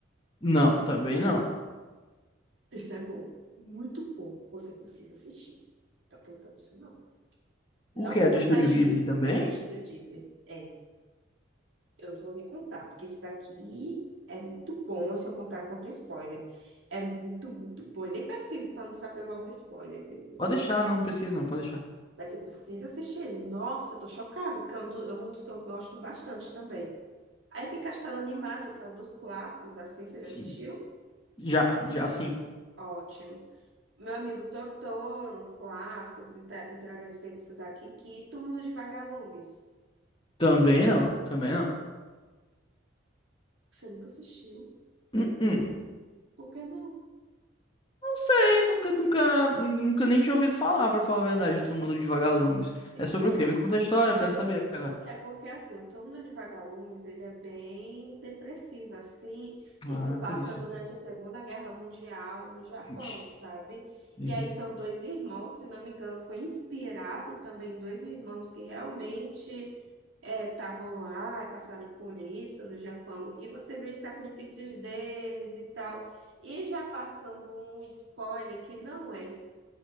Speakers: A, on the left; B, on the right.
A: Não, também não.
B: Isso é bom, muito bom. Você precisa assistir. Tô cantando isso, não. Não
A: O que
B: vou
A: é
B: contar
A: do Estúdio
B: a histó-
A: Ghibli também?
B: é, do Estúdio Ghibli. É. Eu vou recrutar, porque esse daqui é muito bom, se eu contar contra o spoiler. É muito, muito bom. E nem pesquise para não saber logo o spoiler dele.
A: Pode deixar, não pesquisa não, pode deixar.
B: Mas você precisa assistir ele. Nossa, eu tô chocada, porque é um, do- é um dos que eu gosto bastante também. Aí tem Castelo Animado, que é um dos clássicos, assim, você já
A: Sim.
B: assistiu?
A: Já, já sim.
B: Ótimo. Meu amigo Totoro, um clássico, esse entre- entrega de serviço daqui, que Túmulo de Vagalumes.
A: Também não, também não.
B: Você nunca assistiu?
A: Hum, hum.
B: Por que não?
A: Não sei, nunca, nunca, nunca nem tinha ouvido falar, pra falar a verdade, do Túmulo dos Vagalumes.
B: Então.
A: É sobre o quê? Me conta a história, eu quero saber agora.
B: É porque, assim, o turno de vagalumes, ele é bem depressivo, assim, e
A: Ah,
B: se passa
A: é por isso.
B: durante a Segunda Guerra Mundial no Japão,
A: Vixe.
B: sabe?
A: Uhum.
B: E aí são dois irmãos, se não me engano, foi inspirado também em dois irmãos que realmente é, estavam lá e passaram por isso no Japão. E você vê os sacrifícios deles e tal. E já passando um spoiler que não é